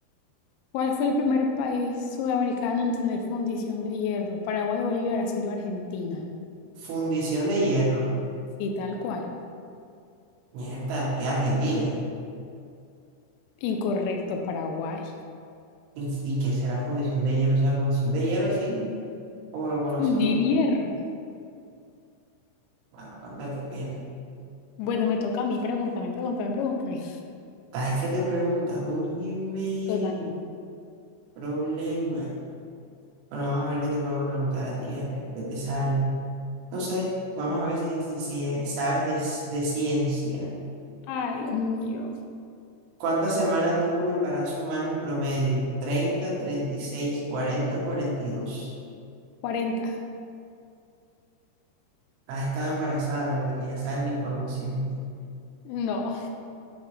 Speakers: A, on the left; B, on the right.
A: ¿Cuál fue el primer país sudamericano en tener fundición de hierro? Paraguay, Bolivia, Brasil o Argentina.
B: fundición de hierro.
A: Y tal cual.
B: Mierda, que Argentina.
A: Incorrecto, Paraguay.
B: ¿Y, y qué será fundición de hierro? O sea, fundición de hierro así, como lo conoce
A: Fundir
B: uno.
A: hierro.
B: Ah, Anda, qué pena.
A: Bueno, me toca a mí. Pregúntame, pregúntame, pregúntame.
B: Es que te preguntas, oye, mi
A: Total.
B: problema. Bueno, vamos a ver qué te puedo preguntar a ti, a ver qué te sale. No sé, vamos a ver si, si, si eh, sabes de, ci- de ciencia.
A: Ay, Dios mío.
B: ¿Cuántas semanas dura un embarazo humano en promedio? Treinta, treinta y seis, cuarenta, cuarenta y dos.
A: Cuarenta.
B: Has estado embarazada, ¿verdad? Que ya sabes la información.
A: No,